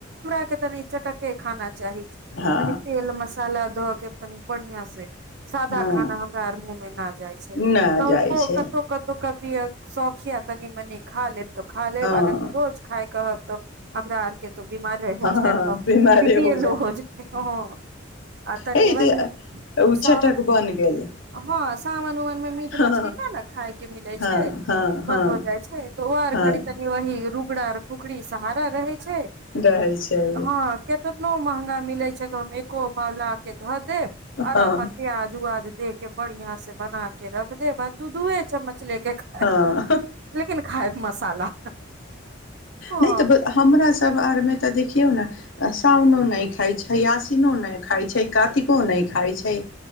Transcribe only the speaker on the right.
केँ तनी चट्टक्के खाना। चाहैत छी
तनी तेल मशाला धऽ केँ तनी बढियां सँ तन सादा
खाना हमरा आर मुँहमे न जाइ छै
कौल्हको
कतहु-कतहु कऽ किए शौख ये तनि मनी खालेब खाल लेब
न तअ रोज कहब हमरा आरके त बीमार हो
जाइम हम
बिपि ऐ लो
हो जातइ ह आ तनि
वहि
सब
ह हन सावन उबन मीट
मछली न न खााय के मिले छै
बन्द
हो जाइ छै त ओ आर
घड़ी तनि वहि रु पार खुखरी सहारा रहए छै
हँ केतनो त मह मिलै छै तमे एकोव ल के धऽ दे ओर
अपन प्याज उआज दे के बढ़िया से बना के रख देब दू दूये चम्मच लेके खाय
लेकिन खायब मसाला हँ